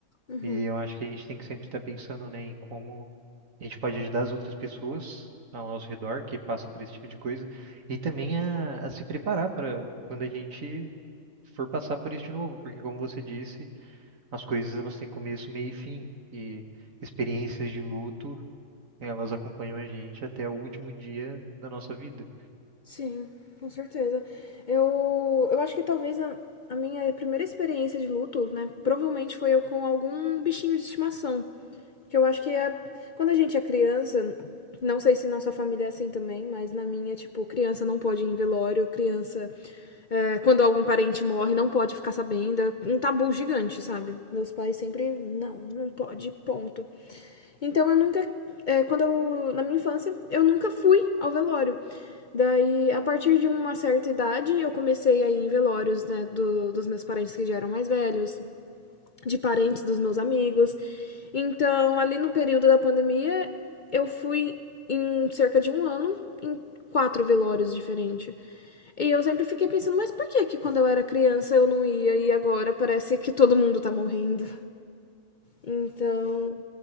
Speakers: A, on the left (about 50°); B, on the right (about 70°).
A: Uhum.
B: e eu acho que a gente tem que sempre estar pensando, né, em como A gente pode ajudar as outras pessoas ao nosso redor que passam por esse tipo de coisa e também a, a se preparar para quando a gente for passar por isso de novo, porque como você disse, as coisas elas têm começo, meio e fim e experiências de luto, elas acompanham a gente até o último dia da nossa vida.
A: Sim, com certeza. Eu, eu acho que talvez a, a minha primeira experiência de luto, né, provavelmente foi eu com algum bichinho de estimação. Que eu acho que é. Quando a gente é criança, não sei se na sua família é assim também, mas na minha, tipo, criança não pode ir em velório, criança, é, quando algum parente morre, não pode ficar sabendo. É um tabu gigante, sabe? Meus pais sempre, não, não pode, ponto. Então eu nunca. é, quando eu. Na minha infância, eu nunca fui ao velório. Daí, a partir de uma certa idade, eu comecei a ir em velórios, né? do- dos meus parentes que já eram mais velhos, de parentes dos meus amigos. Então, ali no período da pandemia, eu fui em cerca de um ano em quatro velórios diferentes. E eu sempre fiquei pensando, mas por que que quando eu era criança eu não ia e agora parece que todo mundo tá morrendo? Então,